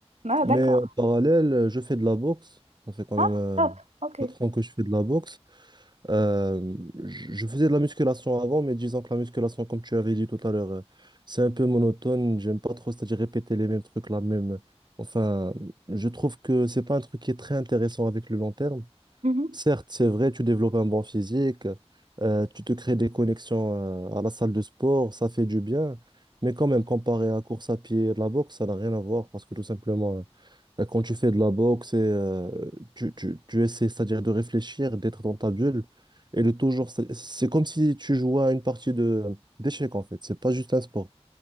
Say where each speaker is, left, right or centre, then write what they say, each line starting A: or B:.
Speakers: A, on the right; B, on the right.
A: Ah,
B: Mais
A: d'accord.
B: en parallèle, euh, je fais de la boxe. Ça fait quand
A: Ah,
B: même euh,
A: top, ok.
B: pas trop ans que je fais de la boxe. Euh, je faisais de la musculation avant, mais disons que la musculation, comme tu avais dit tout à l'heure, euh, c'est un peu monotone. J'aime pas trop, c'est-à-dire répéter les mêmes trucs, la même. Enfin, je trouve que c'est pas un truc qui est très intéressant avec le long terme.
A: Mhm.
B: Certes, c'est vrai, tu développes un bon physique, euh, tu te crées des connexions, euh, à la salle de sport, ça fait du bien. Mais quand même, comparé à la course à pied et de la boxe, ça n'a rien à voir parce que tout simplement, euh, Quand tu fais de la boxe, et, euh, tu, tu, tu essaies, c'est-à-dire de réfléchir, d'être dans ta bulle et de toujours. C'est c'est comme si tu jouais à une partie de d'échecs en fait. C'est pas juste un sport.